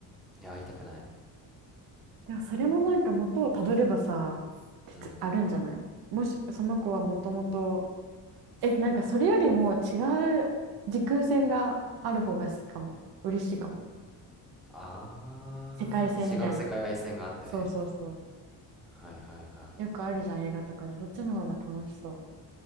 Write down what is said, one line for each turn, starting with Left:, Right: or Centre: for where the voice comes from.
Centre: いや、会いたくない。
Right: でもそれもなんか元をたどればさ、鉄あるんじゃないもしその子はもともと、
Centre: うん。
Right: え、なんかそれよりも違う時空線がある方が好きかも。嬉しいかも。
Centre: あー、
Right: 世界線みたいな。
Centre: 違う世界線があってね。
Right: そうそうそう。
Centre: はいはいはい。
Right: よくあるじゃん、映画とかで。そっちの方が楽しそ